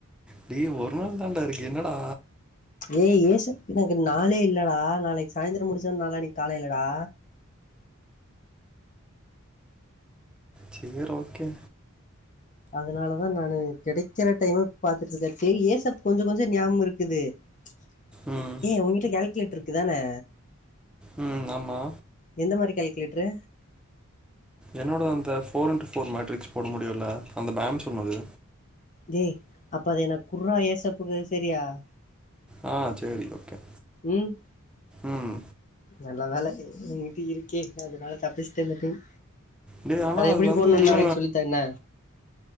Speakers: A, in the centre; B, on the left.
A: டேய் ஒரு நாள் தாண்டா இருக்கு என்னடா
B: ஏய் ஏசக் எனக்கு நாளே இல்லடா நாளைக்கு சாய்ந்திரம் முடிச்ச நாளானைக்கு காலைலடா
A: சேர் ஓகே
B: அதனாலதா நானு கெடைக்கிற டைம பாத்துட்டுருக்கே டேய் ஏசப் கொஞ்ச கொஞ்ச ஞாபம் இருக்குது ச்ச
A: ம்
B: ஏ உங்கிட்ட கால்குலேட்டர் இருக்குதானே
A: உம் ஆமா
B: எந்த மாரி கால்குலேட்டரு
A: என்னோட அந்த பௌர் அண்ட் பௌர் மேட்ரிக்ஸ் போட முடியுல அந்த மேம் சொன்னது
B: டேய் அப்ப அத எனக்கு குட்ரா ஏசப்புக்கு சரியா
A: ஆ சரி ஓகே
B: உம்
A: ம்
B: நல்ல வேல உங்கிட்ட இருக்கே அதனால தப்புச்சுட்ட இந்த டைம்
A: டேய் ஆனா
B: அதை
A: அது
B: எப்படி
A: வந்து
B: போடணும்னு
A: உள்ள
B: நாளைக்கு சொல்லித்தரேன் என்ன